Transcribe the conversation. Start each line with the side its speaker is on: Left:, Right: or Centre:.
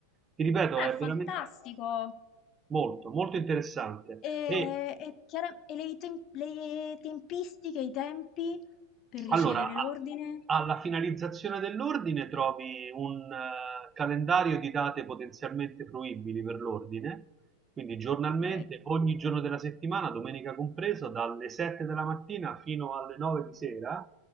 Right: Ti ripeto,
Left: Beh,
Right: è veramente
Left: fantastico.
Right: molto, molto interessante.
Left: E,
Right: E
Left: e chiara- e le, tem- le tempistiche, i tempi per
Right: Allora,
Left: ricevere
Right: a-
Left: l'ordine?
Right: alla finalizzazione dell'ordine trovi un eh, calendario di date potenzialmente fruibili per l'ordine, quindi giornalmente,
Left: Ok.
Right: ogni giorno della settimana, domenica compreso, dalle 7 della mattina fino alle 9 di sera,